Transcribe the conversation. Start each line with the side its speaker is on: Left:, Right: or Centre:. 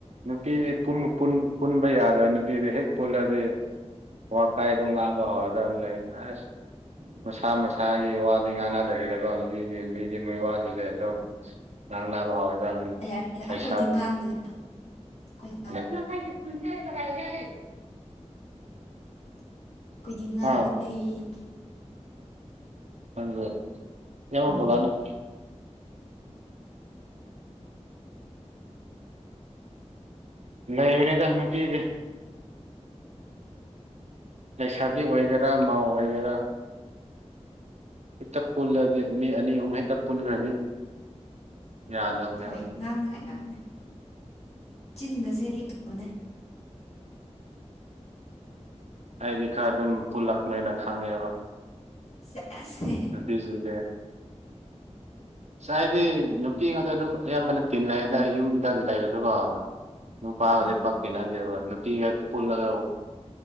Right: ꯅꯨꯄꯤꯗꯤ ꯄꯨꯟꯕꯨ ꯄꯨꯟ ꯄꯨꯟꯕ ꯌꯥ <unintelligible> ꯅꯨꯄꯤꯗꯤ ꯍꯦꯛ ꯄꯨꯜꯂꯗꯤ ꯋꯥ ꯀꯥꯏ ꯗꫭ ꯉꯥꯡꯕ ꯍꯧꯔꯗꯥꯕꯅꯦ ꯑꯁ ꯃꯁꯥ ꯃꯁꯥꯒꯤ ꯋꯥꯗꯤ ꯉꯥꯡꯅꯗꯕꯤꯗꯀꯣ ꯃꯤꯒꯤ ꯃꯤꯒꯤ ꯃꯤ ꯋꯥꯁꯤꯡꯁꯦ ꯑꯗꯨꯝ ꯉꯟꯅꯥꯕ ꯍꯧꯔꯗꯕꯅꯤ
Left: ꯌꯥꯔꯦ ꯑꯩꯈꯣꯏꯗꯤ
Right: ꯂꯩꯁꯥꯕꯤ
Left: ꯉꯥꯡꯗꯦꯗ <unintelligible>
Right: <unintelligible>
Left: ꯑꯩꯈꯣꯏꯗꯤ ꯉꯥꯡꯗꯦ
Right: ꯑꯥ
Left: <unintelligible>
Right: ꯅꯪꯖꯦ <unintelligible>
Left: ꯎꯝ
Right: ꯂꯩꯕꯅꯤꯗ ꯅꯨꯄꯤꯗꯤ ꯂꯩꯁꯥꯕꯤ ꯑꯣꯏꯒꯦꯔꯥ ꯃꯥꯎ ꯑꯣꯏꯒꯦꯔꯥ ꯍꯦꯛꯇ ꯄꯨꯜꯂꯗꯤ ꯃꯤ ꯑꯅꯤ ꯑꯍꯨꯝ ꯍꯦꯛꯇ ꯄꯨꯟꯈ꯭ꯔꯗꯤ ꯌꯥꯗꯕꯅꯦꯕ
Left: ꯍꯣꯏ ꯉꯥꯡꯅꯉꯥꯏ ꯉꯥꯛꯇꯅꯦ ꯆꯤꯟꯒꯁꯦ ꯂꯦꯞꯇꯕꯅꯦ
Right: ꯍꯥꯏꯗꯤ ꯈꯔ ꯑꯗꯨꯝ ꯄꯨꯜꯂꯛꯃꯦꯅ ꯈꯪꯉꯦꯕ
Left: ꯁꯦꯁ
Right: ꯅꯨꯄꯤꯁꯤꯡꯁꯦ ꯑꯁ ꯑꯩꯗꯤ ꯅꯨꯄꯤ ꯑꯉꯥꯡꯗ ꯑꯗꯨꯝ ꯑꯌꯥꯝꯕꯅ ꯇꯤꯟꯅꯌꯦꯗ ꯌꯨꯝꯗ ꯂꯩꯔꯁꯨꯀꯣ ꯅꯨꯄꯥꯒꯗꯤ
Left: ꯍꯣꯏ
Right: ꯄꯛ ꯇꯤꯟꯅꯗꯦꯕ ꯅꯨꯄꯤꯒꯦ ꯄꯨꯜꯂꯒ